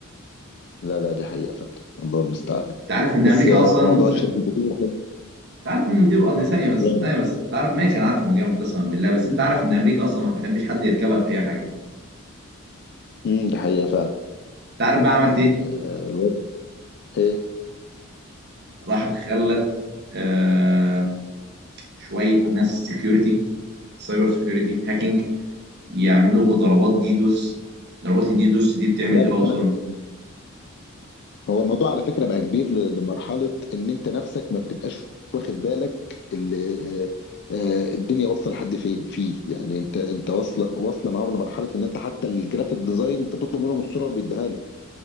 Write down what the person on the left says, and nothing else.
لا لا دي حقيقة فعلا الله المستعان
بس آه،
موضوع الشد الجزيري حلو،
آه،
جامد
امم دي حقيقة فعلا
ال- الواد ايه
لا
بس
انا هو الموضوع على فكرة بقى كبير ل- لمرحلة ان انت نفسك ما بتبقاش واخد بالك اللي آه، آه، الدنيا واصلة لحد فين فيه يعني انت انت واصلة واصلة معاهم لمرحلة ان انت حتى الجرافيك ديزاين انت بتطلب منهم الصورة وبيديها لك